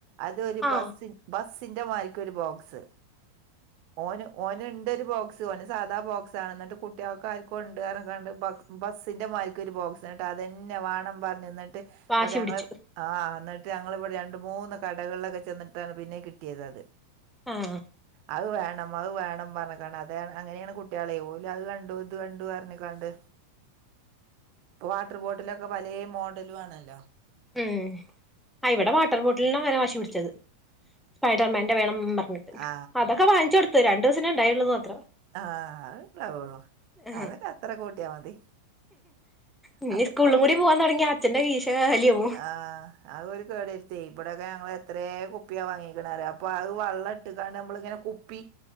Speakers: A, on the right (about 45°); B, in the centre.
A: അതൊരു
B: ആ
A: ബസ്സി ബസ്സിന്റെ മാരിക്കൊരു ബോക്സ്. ഓന് ഓന്ണ്ടൊരു ബോക്സ്, ഓന് സാധാ ബോക്സാണ്. ന്നട്ട് കുട് കുട്ട്യാൾക്ക് ആർക്കോ ഇണ്ട് പറഞ്ഞിങണ്ട് ബസ്സിന്റെ മാരിക്കൊ ഒരു ബോക്സ് നട്ട് അതന്നെ വേണം പറഞ്ഞ്
B: വാശി
A: ബടെ ഞങ്ങള്
B: പിടിച്ചു
A: ആഹ് എന്നിട്ട് ഞങ്ങളിവിടെ രണ്ട് മൂന്ന് കടകളിലൊക്കെ ചെന്നിട്ടാണ് പിന്നെഈ കിട്ടിയത് അത്.
B: ഉം
A: അത് വേണം അത് വേണം പർഞ്ക്കാണ്ട് അത് അങ്ങനേണ് കുട്ട്യാളെയ്, ഓല് അത് കണ്ടു ഇത് കണ്ടു അർഞ്ക്കാണ്ട്. പ്പൊ വാട്ടർ ബോട്ടിലൊക്കെ പലേ മോഡലു ആണല്ലോ?
B: ഉം അഹ് ഇവിടെ വാട്ടർ ബോട്ടിൽന്ന അങ്ങനെ വാശി പിടിച്ചത്. സ്ഫൈഡർമാന്റെ വേണം പർഞ്ഞിട്ട്.
A: ആ
B: അതൊക്കെ വാങ്ങിച്ച് കൊടുത്ത്, രണ്ടു ദിവസത്തിനെണ്ടായുള്ളുന്ന് മാത്രം.
A: ആഹ് അത്ണ്ടാവുള്ളൂ.
B: എ
A: അതൊക്കെ അത്ര കൂട്ടിയാ മതി.
B: ഇനി
A: അതൊക്കെ
B: സ്കൂളിലും
A: ഓല്
B: കൂടി പോവാൻ തൊടങ്ങിയ അച്ഛന്റെ കീശ കാല്യവും
A: ആഹ് അത്ഓല് കേടരുത്തോയ്, ഇബടൊക്കെ ഞങ്ങള് എത്രേ കുപ് കുപ്പിയാവാങ്ങിക്ക്ണറ്യോ.. അപ്പ അത് വളളം ഇട്ട്ക്കാണ്ട് ഞമ്മള്ങ്ങനെ കുപ്പി